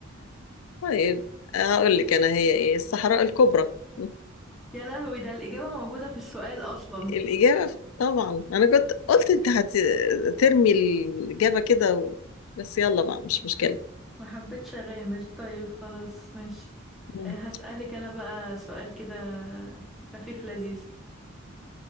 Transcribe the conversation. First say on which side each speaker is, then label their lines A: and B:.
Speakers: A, on the left; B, in the centre.
A: طيب هقول لك أنا هي ايه الصحراء الكبرى <laughs>
B: يا لهوي ده الإجابة موجودة في السؤال أصلا
A: الإجابة ف- طبعا أنا كنت قلت أنت هترمي الإجابة كده و... بس يلا بقى مش مشكلة
B: ما حبيتش أغامر طيب خلاص ماشي
A: مم.
B: آه، هسألك أنا بقى سؤال كده خفيف لذيذ